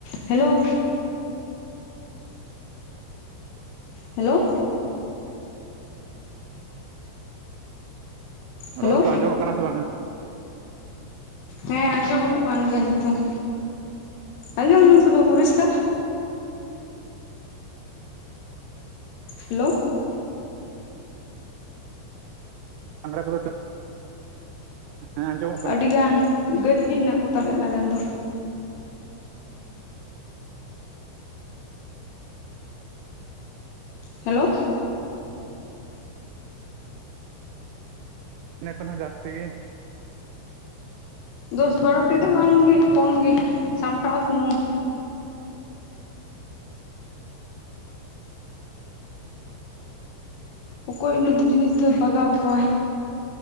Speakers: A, on the left; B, on the right.
A: ᱦᱮᱞᱳ᱾ ᱦᱮᱞᱳ᱾ ᱦᱮᱞᱳ
B: ᱨᱚᱲ ᱠᱚ ᱟᱸᱡᱚᱢᱚᱜ ᱠᱟᱱᱟ ᱥᱮ ᱵᱟᱝᱟ?
A: ᱦᱮᱸ ᱟᱸᱡᱚᱢᱚᱜ ᱠᱟᱱ ᱜᱮᱭᱟ ᱱᱤᱛᱳᱝ᱾ ᱟᱸᱡᱚᱢᱮᱜ ᱟᱢ ᱥᱮ ᱵᱟᱝ ᱯᱚᱨᱤᱥᱠᱟᱨ? ᱦᱮᱞᱳ
B: ᱟᱝᱨᱟ ᱠᱚ ᱫᱚ ᱛᱤ ᱦᱮᱸ ᱟᱸᱡᱚᱢᱚᱜ ᱠᱟᱱᱟ
A: ᱟᱹᱰᱤ ᱜᱟᱱ ᱜᱟᱹᱭ ᱜᱮ ᱦᱮᱱᱟᱜ ᱠᱚᱛᱟᱞᱮᱭᱟ ᱟᱞᱮ ᱨᱮᱱ ᱫᱚ ᱦᱮᱞᱳ
B: ᱤᱱᱟᱹ ᱠᱷᱚᱱ ᱦᱚᱸ ᱡᱟᱹᱥᱛᱤ ᱜᱮ,
A: ᱫᱚᱥ ᱵᱟᱨᱚᱴᱤ ᱫᱚ ᱵᱟᱝ ᱜᱮ ᱠᱚᱢ ᱜᱮ ᱥᱟᱢᱴᱟᱣ ᱥᱩᱢᱩᱝ, ᱚᱠᱚᱭ ᱩᱱᱟᱹ ᱫᱚ ᱡᱤᱱᱤᱥ ᱫᱚᱭ ᱵᱟᱜᱟᱣ ᱠᱚᱣᱟ,